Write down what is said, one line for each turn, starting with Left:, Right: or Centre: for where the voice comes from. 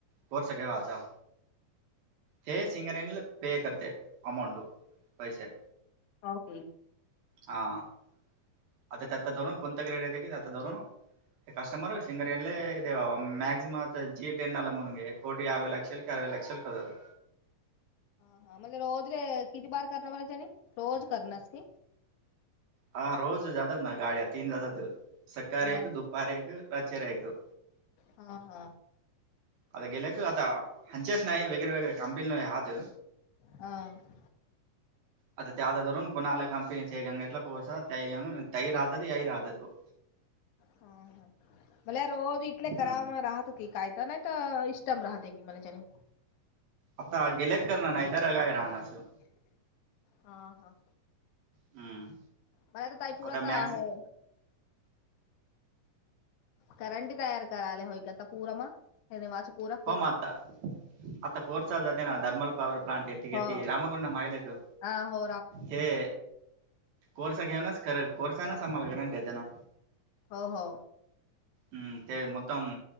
Right: कोर्स केेव आता ते सिंगर येणील पे करते अमाऊंट पैसे
Left: ओके.
Right: हा. आता त्याता धरून कोणता क्रेड येत की त्याता धरून ते कस्टमर
Left: हां.
Right: सिंगरेले. अ वा मॅक्सम जि टेन नल मुने कोटी यावबय लक्षल क अरव लक्षल क हो
Left: हा म्हणज रोज र किती बार करण मला त्याने रोज करणारस की
Right: हा रोज जातात ना गाड्या तीन जातात सकार
Left: हा
Right: एक दुपारी एक रर एकक
Left: हा हा.
Right: आता गेलेक आता हंचेेस नाहीई वेगरे वेगरे कंपनीला हात.
Left: <inaudible>
Right: आता त्या आता रून कोणाला कंपनीचे गंगेटला कोर्सात तई राहतात याई राहतातो.
Left: ह ह भला रोज इटले कररा
Right: हम्म
Left: राहतो क काय. नाही तर इष्टम राहते की मला त्याने.
Right: आता गेलेक करणार ना इधर काय राहणार सो
Left: हा हा.
Right: हम्म
Left: मला तर ताईपुरात
Right: आता मॅक्झ
Left: आहे. करंटी तयार करायला होय का आता पूरा मग. फ वादच पोरा
Right: हो मता आता कोर्स आजते त ना धर्मल पवर् प्लाॅंट येत. ठीके
Left: हो
Right: आहे त रामागुंड माहिते का
Left: हा हो
Right: हे. कोर्स घेनस खर कोर्स नास आम्हाला गरंट येत ना.
Left: हो हो.
Right: हम. ते म तम